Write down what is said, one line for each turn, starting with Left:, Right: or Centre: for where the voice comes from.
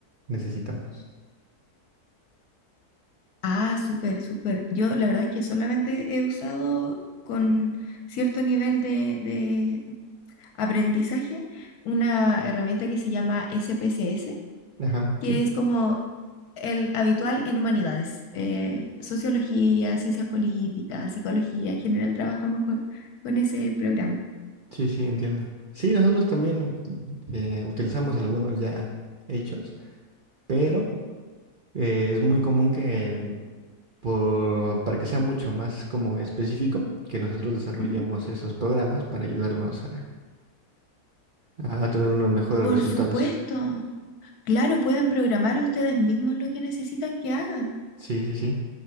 Right: necesitamos.
Left: Ah, súper, súper. Yo la verdad es que solamente he usado con cierto nivel de, de aprendizaje una herramienta que se llama SPSS,
Right: Ajá,
Left: que
Right: sí,
Left: es como el habitual en humanidades, eh, sociología, ciencias políticas, psicología. En general trabajamos con, con ese programa.
Right: sí, sí, entiendo. Sí, nosotros también eh, utilizamos algunos ya hechos, pero... Eh, es muy común que, por- para que sea mucho más como específico, que nosotros desarrollemos
Left: Ujú.
Right: esos programas para ayudarnos a, a tener unos mejores
Left: Por
Right: resultados.
Left: supuesto. Claro, pueden programar ustedes mismos lo que necesitan que hagan.
Right: Sí, sí, sí.